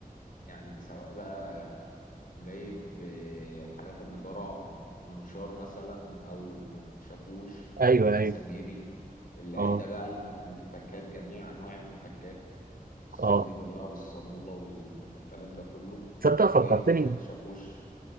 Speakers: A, on the left (about 65°); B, on the right (about 70°).
A: يعني سواء بقى جايب آه، الحاجات النجاره منشار مثلا او شاكوش
B: ايوه
A: مساميري
B: ايوه
A: العده
B: اه
A: بقى الم- المفكات جميع انواع المفكات الصليبه
B: اه
A: بقى والصاموله وال- والكلام ده كله
B: تصدق
A: وجايب
B: فكرتني
A: كذا شاكوش